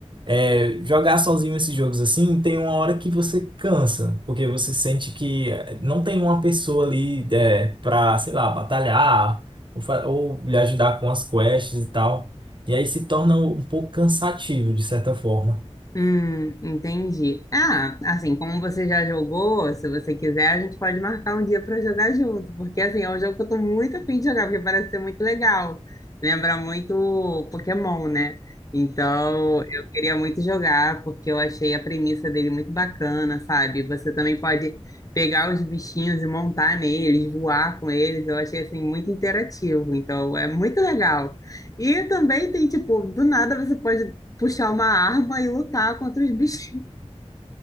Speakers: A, on the right (about 45°); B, on the left (about 30°).
A: É, jogar sozinho esses jogos assim, tem uma hora que você cansa, porque você sente que eh, não tem uma pessoa ali é, pra, sei lá, batalhar ou, fa- ou lhe ajudar com as quests e tal. E aí se torna um pouco cansativo, de certa forma.
B: Hum, entendi. Ah, assim, como você já jogou, se você quiser, a gente pode marcar um dia para jogar junto, porque assim, é um jogo que eu tô muito afim de jogar, porque parece ser muito legal. Lembra muito Pokémon, né? Então, eu queria muito jogar, porque eu achei a premissa dele muito bacana, sabe? Você também pode pegar os bichinhos e montar neles, voar com eles. Eu achei assim muito interativo, então é muito legal. E também tem, tipo, do nada você pode puxar uma arma e lutar contra os bichinhos.